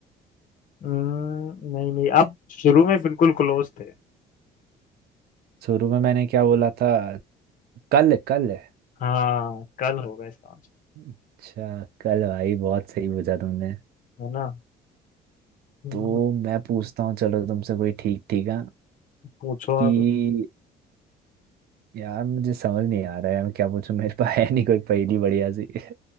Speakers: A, on the left; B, on the right.
A: हम्म, नहीं नहीं आप शुरू में बिल्कुल क्लोज थे
B: शुरू में मैंने क्या बोला था कल कल
A: हाँ कल होगा इसका आंसर
B: अच्छा कल भाई बहुत सही बुझा तुमने
A: है ना हम्म,
B: तो मैं पूछता हूँ चलो तुमसे कोई ठीक ठीक है
A: पूछो
B: कि
A: आप
B: यार मुझे समझ नहीं आ रहा है मैं क्या पूछूं मेरे पास है नहीं कोई पहेली बढ़िया सी <laughs>